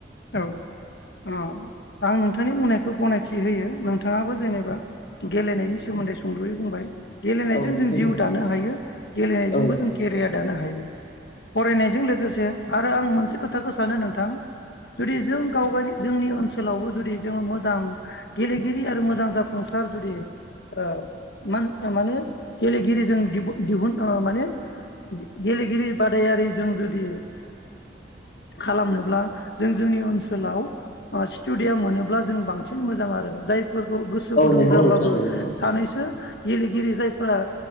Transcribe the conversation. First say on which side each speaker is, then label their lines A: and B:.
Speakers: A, on the left; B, on the left.
A: औ ओ आं नोंथां नोंथांनि बुंनायखौ गनायथि होयो नोंथाङाबो जेनेबा गेलेनायनि सोमोन्दै सुंद'यै बुंबाय गेलेनायजों
B: औ नंगौ
A: जों जिउ
B: नोंथां
A: दानो हायो गेलेनायजोंबो
B: औ
A: जों केरियार दानो हायो फरायनायजों लोगोसे आरो आं मोनसे खोथाखो सानो नोंथां जुदि जों गाव गावनि जोंनि ओनसोलावबो जुदि जोङो मोजां गेलेगिरि आरो मोजां जाफुंसार जुदि ओ मा माने गेलेगिरिजों दि दिहुन ओ माने गेलेगिरि बादायारिजों जुदि खालामनोब्ला जों जोंनि ओनसोलाव ओ स्टुडियाम मोनोब्ला जों बांसिन मोजां आरो जाय फोरखौ गोसो गुदुं
B: नंगौ
A: जाब्लाबो
B: नोंथां औ नंगौ
A: सानैसो गेलेगिरि जायफोरा